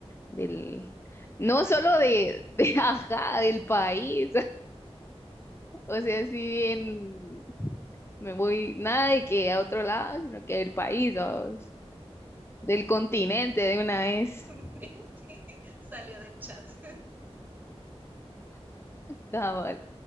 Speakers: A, on the left (about 25°); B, on the right (about 15°).
A: del,
B: <laughs>
A: no
B: Del país
A: solo de, de <laughs> ajá, del país. O sea, si bien me voy nada de que a otro lado, sino que del país o del continente de una vez.
B: <laughs>
A: <laughs>
B: salió del chat. <laughs>
A: Cabal.